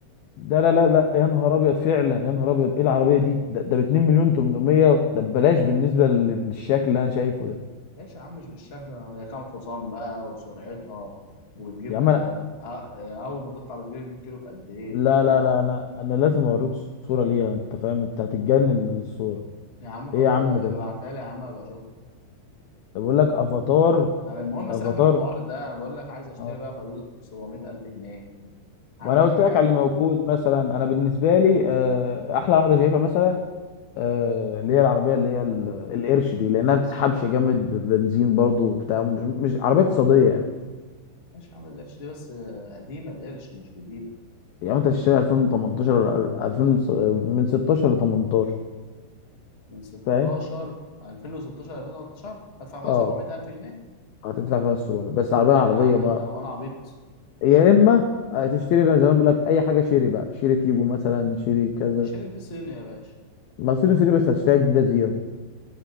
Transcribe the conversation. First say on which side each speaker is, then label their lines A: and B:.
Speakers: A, on the left; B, on the left.
A: ده لا لا لا يا نهار ابيض فعلا يا نهار ابيض ايه العربيه دي ده, ده ب 2 مليون 800 ده ببلاش بالنسبه لل- للشكل اللي انا شايفه ده
B: ليش يا عم مش بالشكل هي كام حصان بقى وسرعتها وبتجيب
A: يا عم انا
B: آه، آه، اول ما تطلع بتجيب 100 كيلو في قد ايه
A: لا
B: وكده
A: لا
B: يعني
A: لا انا انا لازم اوريك صوره ليها انت فاهم انت هتتجنن من الصوره
B: يا عم خلاص
A: ايه يا عم
B: ابعتها
A: ده
B: لي يا عم ابقى اشوف
A: ده بقول لك افاتار
B: المهم
A: افاتار
B: سيبك من الحوار ده انا بقول لك عايز اشتري
A: اه
B: بقى في حدود 700 الف جنيه عندك
A: وانا قلت
B: حاجه
A: لك على اللي موجود مثلا انا بالنسبه لي آه، احلى واحده شايفها مثلا آه، اللي هي العربيه اللي هي ال- القرش دي لانها ما بتسحبش جامد بنزين برضو وبتاع مش, مش عربيه اقتصاديه يعني
B: ماشي يا عم القرش دي بس آه، قديمه القرش مش جديد
A: يعني انت تشتري 2018 ولا 2000 وس- من 16 ل 18
B: من 16
A: فاهم
B: 2016 2013 هدفع فيها
A: اه
B: 700000 جنيه
A: هتدفع فيها السوق بس عربيه عربيه
B: ايه يا عم
A: ما
B: انت وانا عبيط
A: يا اما آه، تشتري زي ما بقول لك اي حاجه شيري بقى شيري تيجو مثلا شيري كذا
B: 20 دي صيني يا باشا
A: ما صيني صيني بس هتشتريها جديده زيرو